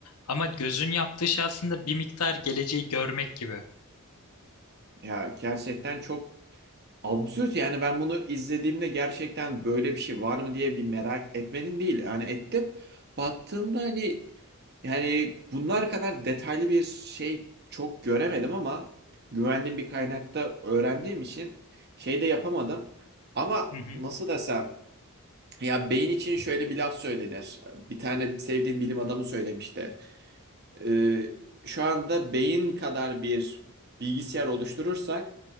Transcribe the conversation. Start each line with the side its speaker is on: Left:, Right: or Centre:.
Left: Ama gözün yaptığı şey aslında bir miktar geleceği görmek gibi.
Right: Ya gerçekten çok Absürt yani ben bunu izlediğimde gerçekten böyle bir şey var mı diye bir merak etmenin değil. Yani ettim. Baktığımda hani yani bunlar kadar detaylı bir şey çok göremedim ama güvendiğim bir kaynakta öğrendiğim için şey de yapamadım. Ama
Left: Hı hı,
Right: nasıl desem ya beyin için şöyle bir laf söylenir. Bir tane sevdiğim bilim adamı söylemişti. Ee, şu anda beyin kadar bir bilgisayar oluşturursak